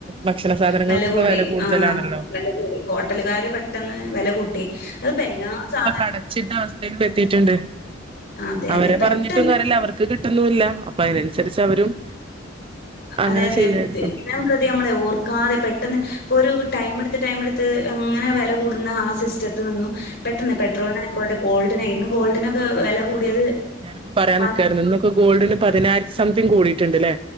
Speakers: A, on the right; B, on the left.
A: ഭക്ഷണ സാധനങ്ങൾക്കൊക്കെ
B: വില കൂടി.
A: കൂടുതലാണല്ലോ
B: ആഹ വില കൂടി. ഹോട്ടലുകാർ പെട്ട ട്ടന്ന് വില കൂട്ടി. അത്പ്പൊ എല്ലാ സാ -
A: അടച്ചിട്ട് അവസ്ഥയിൽ എത്തിയിട്ടുണ്ട്.
B: അതെ
A: അവരെ
B: അതെ പെട്ടെന്ന്
A: പറഞ്ഞിട്ടും കാര്യല്ല. അവർക്ക് കിട്ടുന്നുല്ല. അപ്പൊ അതിനനുസരിച്ച് അവരും- അങ്ങനെ
B: അതെ അതെ.
A: ചെയ്യായിരുന്നു
B: ദിനംപ്രതി നമ്മള് ഓർക്കാതെ പെട്ടെന്ന്- ഇപ്പൊ ഒരു ടൈമ്ടുത്ത് ടൈമടുത്ത് അങ്ങനെ വില കൂടുന്ന ആഹ സിസ്റ്റത്ത് നിന്നും. പെട്ടെന്ന് പെട്രോളിനയിക്കോട്ടെ ഗോൾഡിന് ഇന്ന് ഗോൾഡിനൊക്കെ
A: ഇപ്പൊ ഇന്ന്
B: വില
A: ആഹ്
B: കൂടിയത്.
A: ഞാനിപ്പോ പറയാൻ
B: പ
A: നിക്കായിരുന്നു. ഇന്നൊക്കെ ഗോൾഡിന് പതിനായിരം സംതിങ് കൂടിയിട്ടുണ്ട്ല്ലേ?